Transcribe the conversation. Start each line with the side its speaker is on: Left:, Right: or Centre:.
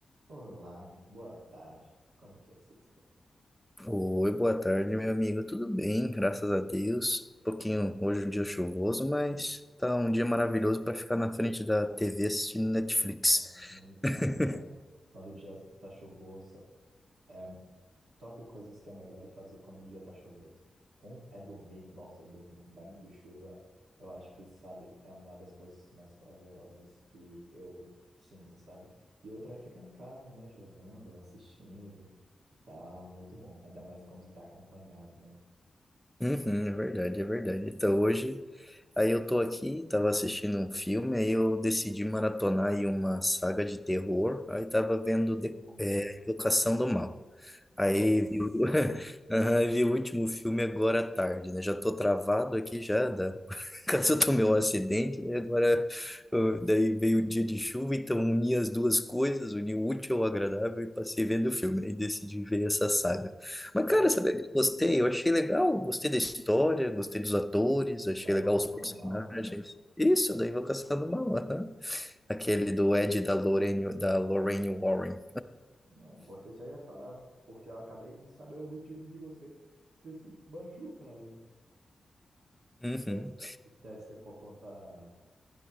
Right: Olá, boa tarde. Como é que vocês estão?
Centre: Oi, boa tarde, meu amigo. Tudo bem, graças a Deus. Um pouquinho hoje é um dia chuvoso, mas tá um dia maravilhoso para ficar na frente da TV assistindo Netflix.
Right: Nossa, nem me falam,
Centre: <laughs>
Right: cara. Quando o dia tá chuvoso, é top coisas que é melhor fazer quando o dia tá chuvoso. Um é dormir. Nossa, dormir com barulho de chuva, eu acho que, sabe, é uma das coisas mais prazerosas que eu sinto, sabe? E outra é ficar em casa, né, jogando, assistindo, tal, muito bom. Ainda mais quando tá acompanhado, né?
Centre: Uhum, é verdade, é verdade. Então hoje, aí eu tô aqui, tava assistindo um filme, aí eu decidi maratonar aí uma saga de terror, aí tava vendo de,
Right: Hum,
Centre: é, Invocação do Mal.
Right: Nossa,
Centre: Aí vi, o <laughs> Aham, vi o último filme agora à tarde, né? Já tô travado aqui já, da... <laughs> caso eu tomei um acidente, né? Agora, eu- daí veio o dia de chuva, então uni as duas coisas, uni o útil ao agradável e passei vendo o filme, aí decidi ver essa saga.
Right: eu-
Centre: Mas, cara, sabe o que eu gostei? Eu achei legal, gostei da história, gostei dos atores, achei
Right: da invocação
Centre: legal os personagens.
Right: do mal, é?
Centre: Isso, da Invocação do Mal, aham. Aquele do Ed e da Lorraine, da Lorraine Warren.
Right: Não, porque eu já ia falar, porque eu acabei de saber o motivo de você ter se machucado.
Centre: Uhum.
Right: Que deve, <laughs> deve ser por conta